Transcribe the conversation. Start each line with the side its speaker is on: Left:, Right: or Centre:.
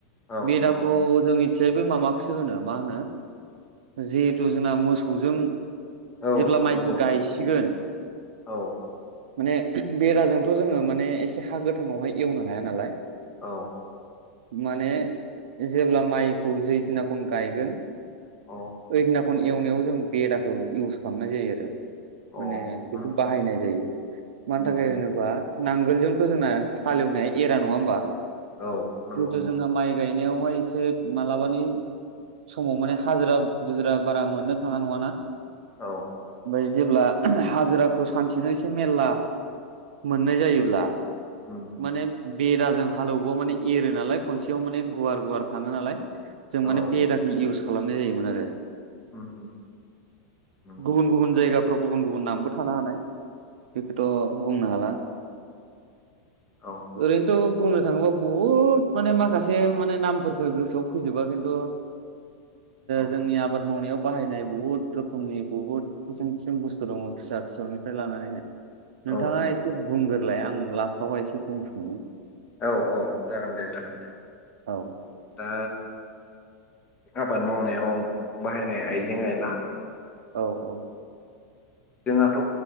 Left: औ
Right: बेदाखौ
Left: औ
Right: जोंनि। जेबो मामाखौसो होनो मा होनो जिहेथु जोंना मोसौजों
Left: औ
Right: जेब्ला माइखौ
Left: नंगौ
Right: गायसिगोन
Left: औ
Right: <inaudible> माने बेदाजोंथ' जोङो माने एसे हा गोथाङावहाय एवनो हाया नालाय।
Left: औ।
Right: माने जेब्ला माइखौ जै दिनाखन गायगोन
Left: औ
Right: ओइना खन एवनायाव जों बेदाखौ इउस खालामनाय जायो आरो।
Left: औ
Right: माने
Left: उम
Right: बेखौ बाहायनाय जायो मानि
Left: उम
Right: थाखाय होनोबा नांगोलजोंथ' जोंना हालेवनाया एरा नङा होमबा
Left: औ नंगौ
Right: जेहेथु जोंना माइ। गायनायावहाय एसे मालाबानि समाव माने हाजिरा बुजिरा बारा मोननो थाङा नङाना।
Left: औ।
Right: जाय जेब्ला <unintelligible> हाजिराखौ सानसेनो एसे मेल्ला मोननाय जायोब्ला
Left: उम उम
Right: माने बेदाजों हालौवौ माने एरो नालाय खनसेयाव माने गुवार गुवार थाङो नालाय जों
Left: औ
Right: माने बेदाखौ इउस खालामनाय जायोमोन आरो।
Left: उम उम नंगौ
Right: <inaudible> गुबुन गुबुन जायगाफ्राव गुबुन गुबुन नामबो थानो हानाय। बेखौथ' बुंनो हाला
Left: औ
Right: <inaudible> ओरैनोथ' बुंनो थाङोबा बुहुद माने माखासे माने नामफोरखो गोसोआव फैजोबा जेन्थ' ओ
Left: औ
Right: जोंनि आबाद मावनायाव बाहायनाय बुहुद रोखोमनि बुहुद <unintelligible> बुस्थु दङ फिसा फिसौनिफ्राय लानानैहाय। नोंथाङा
Left: औ
Right: इसे बुंग्रोलाय आं लास्टआवहाय इसे बुंसोमोन।
Left: औ औ जागोन दे जागोन दे
Right: औ
Left: दा आबाद मावनायाव बाहायनाय आइजें आइला।
Right: औ-औ।
Left: जोंहाथ'